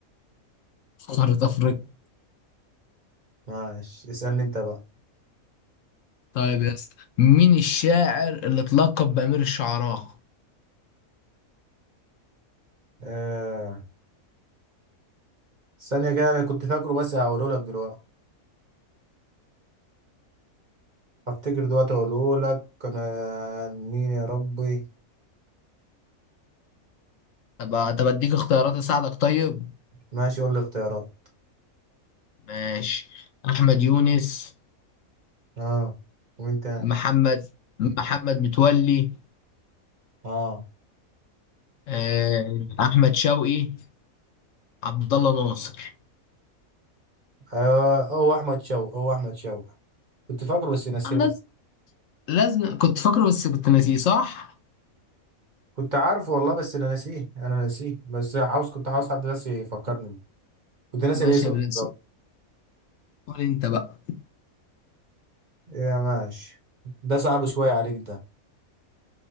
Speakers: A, on the left; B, on the right.
A: قارة أفريقيا
B: ماشي اسالني انت بقى
A: طيب يا اسطى مين الشاعر اللي اتلقب بأمير الشعراء؟
B: آه. ثانيه كده انا كنت فاكره بس هقوله لك دلوقتي هفتكر دلوقتي اقوله لك كان آه، مين يا ربي
A: طب طب اديك اختيارات اساعدك طيب
B: ماشي قول لي اختيارات
A: ماشي احمد يونس
B: اه ومين تاني
A: محمد محمد متولي
B: اه
A: آه، احمد شوقي عبد الله ناصر
B: آه، هو احمد شوقي هو احمد شوقي كنت فاكره بس نسيت
A: أنا لاز- لازم كنت فاكره بس كنت ناسيه صح
B: كنت عارف والله بس انا ناسيه انا ناسيه بس عاوز كنت عاوز حد بس يفكرني بيه كنت ناسي
A: ماشي
B: الاسم
A: يا
B: بالظبط
A: برنس قول انت بقى
B: يا ماشي ده صعب شوية عليك ده